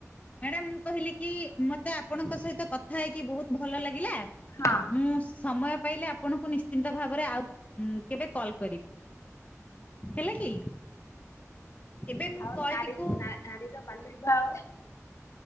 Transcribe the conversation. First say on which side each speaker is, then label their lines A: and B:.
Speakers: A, on the left; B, on the left.
A: ମ୍ୟାଡାମ୍ ମୁଁ କହିଲି କି ମୋତେ ଆପଣଙ୍କ ସହିତ କଥା ହେଇକି ବହୁତ ଭଲ ଲାଗିଲା।
B: ହଁ।
A: ମୁଁ ସମୟ ପାଇଲେ ଆପଣଙ୍କୁ ନିଶ୍ଚିନ୍ତ ଭାବରେ ଆଉ ହୁଁ, କେବେ କଲ୍ କରିବି। ହେଲେ କି, ଏବେ ମୁଁ
B: ଆଉ
A: କଲ୍
B: ନାରୀ
A: ଟିକୁ
B: ନା- ନାରୀର ବାଲ୍ୟ ବିବାହ